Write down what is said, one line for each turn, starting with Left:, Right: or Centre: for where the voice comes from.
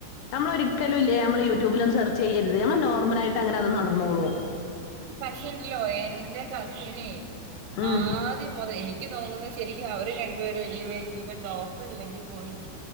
Left: നമ്മള് ഒരിക്കലും ഇല്ലേ നമ്മള് യൂട്യൂബില് ഒന്നും സെർച്ച് ചെയ്യരുത് നമ്മള് നോർമലായിട്ട് അങ്ങനെ അത് നടന്നോളൂം
Right: പക്ഷേ ഇണ്ടല്ലോ എന്റെ കസിന്
Left: ഉം
Right: ആദ്യം മുതൽ എനി ഇക്ക് തോന്നുന്നത് ശരിക്കും അവര് രണ്ടുപേരും ഈവൻ ഡോക്ടർ ഇല്ലെങ്കിൽ പോലും